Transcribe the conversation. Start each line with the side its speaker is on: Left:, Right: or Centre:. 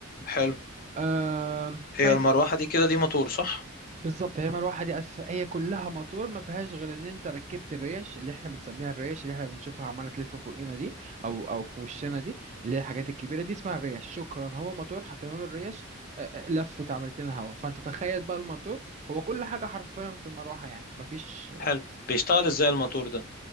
Left: حلو
Right: آم،
Left: هي
Right: طيب
Left: المروحة دي كده دي موتور صح؟
Right: بالظبط هي مروحه دي اساس هي كلها موتور ما فيهاش غير ان انت ركبت الريش اللي احنا بنسميها الريش اللي احنا بنشوفها عماله تلف فوقينا دي او او في وشنا دي اللي هي الحاجات الكبيره دي اسمها الريش شكرا هو موتور حطينا له الريش آه، آه، لفت عملت لنا هوا فانت تخيل بقى الموتور هو كل حاجه حرفيا في المروحه يعني ما فيش
Left: حلو بيشتغل ازاي الموتور ده؟